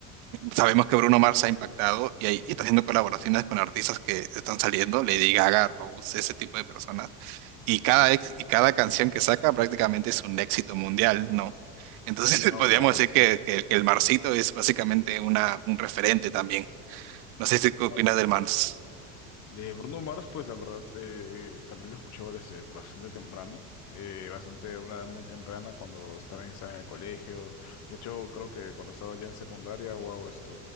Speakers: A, on the right; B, on the left.
A: Sabemos que Bruno Mars ha impactado y, ahí- y está haciendo colaboraciones con artistas que están saliendo, Lady Gaga, Rose, ese tipo de personas. Y cada, ex- y cada canción que saca prácticamente es un éxito mundial, ¿no? Entonces
B: No,
A: <laughs> podríamos
B: claro,
A: decir
B: sí.
A: que, que- que el Marsito es básicamente una, un referente también. No sé si qué
B: No.
A: opinas del Mars.
B: De Bruno Mars, pues la verdad, eh, también lo escuchaba desde bastante temprano, eh, bastante, una edad muy temprana, cuando también estaba en el colegio. De hecho, creo que cuando estaba ya en secundaria, wow, esto,